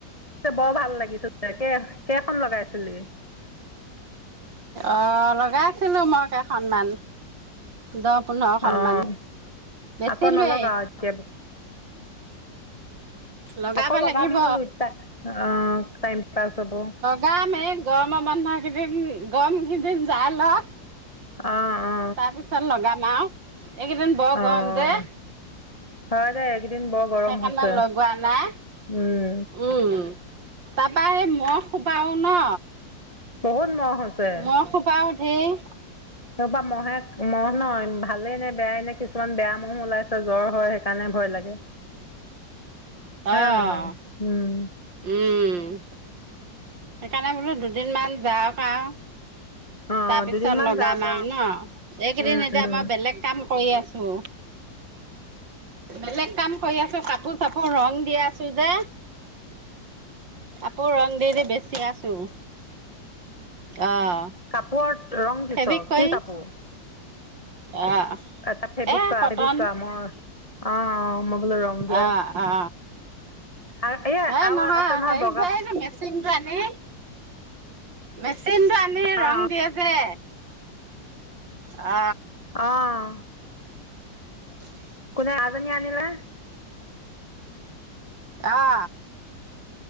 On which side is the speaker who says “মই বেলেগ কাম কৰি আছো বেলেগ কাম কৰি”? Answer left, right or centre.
Right